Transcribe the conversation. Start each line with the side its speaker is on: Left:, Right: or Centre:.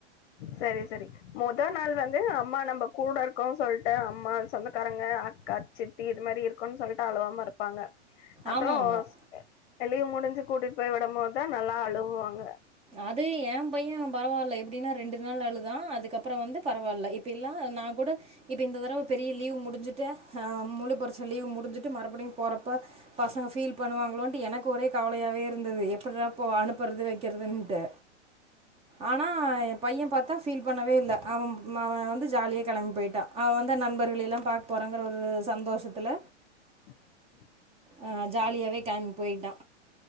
Left: சரி சரி மொத நாள் வந்து அம்மா நம்ப கூட இருக்கோனு சொல்ட்டு அம்மா சொந்தக்காரங்க கா சித்தி இது மாரி இருக்கோன் சொல்லிட்டு அழுவாம இருப்பாங்க அப்ரோஸ்
Right: ஆமாம் ஆமாம்
Left: லீவு முடிஞ்சு கூட்டிட்டு போய் விடும்போதுதான் நல்லா அழுகுவாங்க
Right: அது என் பைய பரவால்ல எப்படின்னா ரெண்டு நாள் அழுதா அதுக்கப்ரோ வந்து பரவால்ல இப்பல்லாம் நா கூட இது இந்த தடவ பெரிய லீவ் முடிஞ்சுட்டு ஹா முழு பரிச்ச லீவ் முடிஞ்சிட்டு மறுபடியு போறப் போ பசங்க ஃபீல் பண்ணுவாங்களோன்டு எனக்கு ஒரே கவலையாவே இருந்துது எப்பிறா இப்போ அனுப்புறது வை க்கிறதுன்டு ஆனா எ பைய பாத்தா ஃபீல் பண்ணவே இல்ல அவ அவ வந்து ஜாலியா கெளம்பி போய்ட்டா அவ வந்த நண்பர்கள் எல்லா பாக்க போறங்குற ஒரு சந்தோஷத்துல
Left: <inaudible>
Right: அ ஜாலியாவே கெளம்பி போய்ட்டா